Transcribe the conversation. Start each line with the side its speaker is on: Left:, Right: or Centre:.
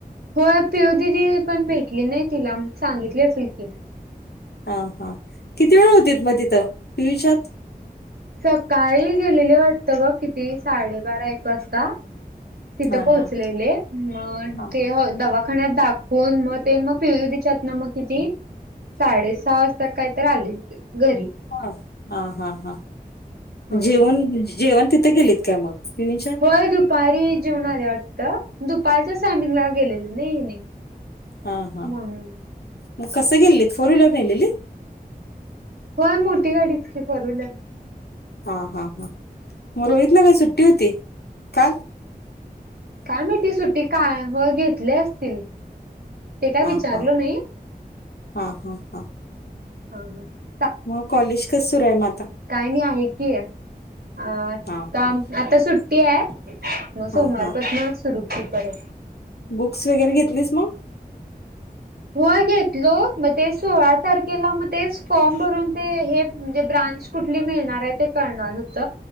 Right: होय पिव दिदी पण भेटली नाही तिला सांगितली फिलकी
Left: हा हा किती वेळ होती मग तिथं पिच्यात
Right: सकाळी गेलेली वाटतं बघ किती साडेबारा एक वाजता तिथं
Left: हा
Right: पोहोचलेले
Left: हा
Right: मग
Left: हा
Right: ते दवाखान्यात दाखवून मग ते मग पिले च्यात ना मग कि साडे सहा वाजता काय तर आलेल घरी
Left: हा हा हा हा
Right: हा
Left: जेवण जेवण तिथे गेलीत काय मग पि विच्यात
Right: होय दुपारी जेवन आले आटत दुपारच्याच टायमिंगला गेलेलं नाही नाही
Left: हा हा
Right: म्हणून
Left: मग कसं गेलेत फोर व्हीलर नेलेली
Right: होय मोठी गाडी इतकी फॉर विलर
Left: हा हा हा मग रोहितलं काय सुट्टी होती काल
Right: काय मी ती सुट्टी काय व घेतली असतील ते काय विचारलो
Left: हा हा
Right: नाही
Left: हा हा हा
Right: हा
Left: मग कॉलेज कस कर आहे म आता
Right: काही नाही आहे की अ आता
Left: हा हा
Right: आता सुट्टी आहे मग सोमवार
Left: हा हा
Right: पासन सुरू परत
Left: बुक्स वगैरे घेतलीस मग
Right: हो घेतलो मग ते सोळा तारखेला मग तेच फॉर्म भरून ते हे म्हणजे ब्रांच कुठली मिळणार आहे ते करणार होत